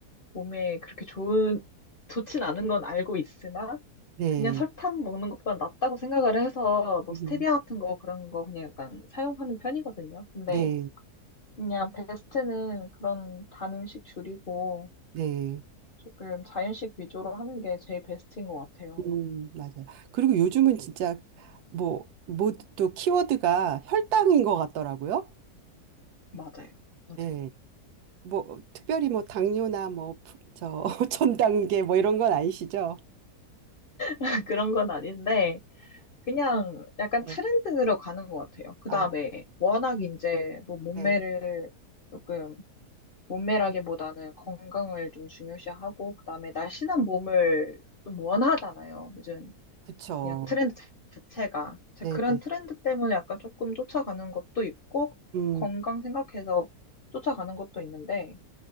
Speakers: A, on the left; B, on the right.
A: 몸에 그렇게 좋은, 좋진 않은 건 알고 있으나
B: 네,
A: 그냥 설탕 먹는 것보다 낫다고 생각을 해서 뭐
B: 음,
A: 스테비아 같은 거 그런 거 그냥 약간 사용하는 편이거든요. 근데
B: 네,
A: 그냥 베스트는 그런 단 음식 줄이고
B: 네,
A: 조금 자연식 위주로 하는 게 제일 베스트인 것 같아요.
B: 음, 맞아요. 그리고 요즘은 진짜 뭐, 뭐또 키워드가 혈당인 것 같더라고요.
A: 맞아요. 맞아요.
B: 네, 뭐 특별히 뭐 당뇨나 뭐 부- 저 <laughs> 전단계 뭐 이런 건 아니시죠?
A: <laughs> 그런 건 아닌데 그냥 약간
B: 네,
A: 트렌드로 가는 것 같아요. 그
B: 아,
A: 다음에 워낙 이제 뭐 몸매를
B: 네,
A: 조금 몸매라기보다는 건강을 좀 중요시하고 그 다음에 날씬한 몸을 좀 원하잖아요. 요즘
B: 그쵸.
A: 그냥 트렌드 자체가 제
B: 네,
A: 그런
B: 네,
A: 트렌드 때문에 약간 조금 쫓아가는 것도 있고
B: 음,
A: 건강 생각해서 쫓아가는 것도 있는데